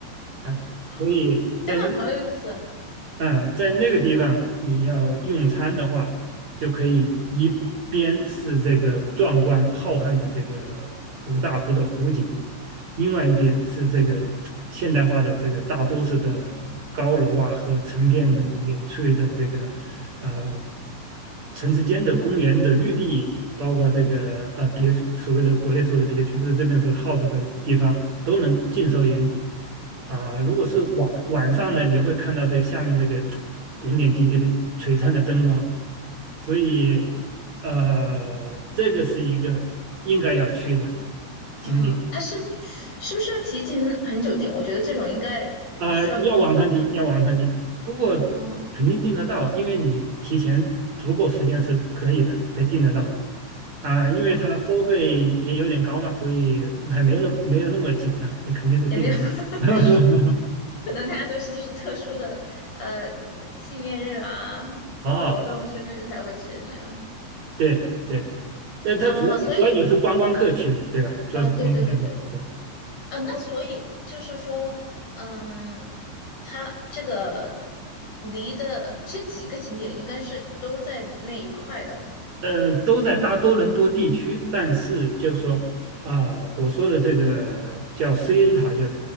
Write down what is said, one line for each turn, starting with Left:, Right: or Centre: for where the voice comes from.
Right: 啊，
Left: 哇哦，
Right: 所以。在。
Left: 天呐，好有意思，
Right: 啊，在那个地方你要用餐的话，就可以一边是这个壮观浩瀚的这个五大湖的湖景，另外一边是这个现代化的这个大都市的高楼啊和成片的远处的这个呃
Left: 嗯。
Right: 城市间的公园的绿地，包括这个呃别墅所谓的国内说的别墅，就是这边所 house 的地方都能尽收眼底。啊，如果是晚晚上呢，你会看到这个下面这个点点滴滴的璀璨的灯光，所以呃，这个是一个应该要去的景点
Left: 嗯，他是是不是要提前很久订？我觉得这种应该需要预，
Right: 啊，要网上订，要网上订，不过
Left: 嗯，
Right: 肯定订得到啊，因为你提前足够时间是可以的，可以订得到的啊，因为它收费也有点高嘛，
Left: 哦，
Right: 所以还没有那没有那么紧张，你肯定是订得到。
Left: 也没有，<laughs>
Right: <laughs>
Left: 可能大家都是就是特殊的呃纪念日啊、
Right: 哦，
Left: 活动、生日才会去的那种
Right: 对对。但他主要主要也是观光客去嘛，
Left: 啊，所以
Right: 对吧？主要是观光客去，
Left: 啊，对对对对，
Right: 对。
Left: 呃，那所以就是说，嗯，它这个离的这几个景点应该是都在那一块的，
Right: 呃，都在大多伦多地区，但是就是说，啊，我说的这个叫 CN 塔，就